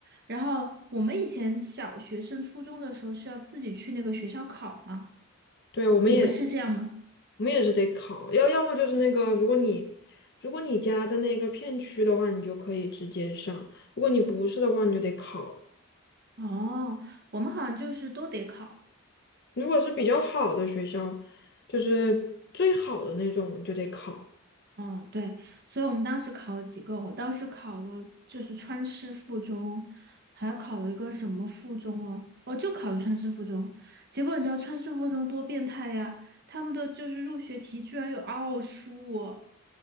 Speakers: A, on the right; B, on the left.
A: 然后我们以前小学升初中的时候是要自己去那个学校考嘛，
B: 对啊，我们也
A: 你们是这样吗？
B: 我们也是得考，要要么就是那个，如果你如果你家在那个片区的话，你就可以直接上；如果你不是的话，你就得考。
A: 哦，我们好像就是都得考。
B: 如果是比较好的学校，就是最好的那种，你就得考。
A: 嗯，对，所以我们当时考了几个，我当时考了就是川师附中，还考了一个什么附中哦，哦，就考了川师附中。结果你知道川师附中多变态呀？他们的就是入学题居然有奥数哦，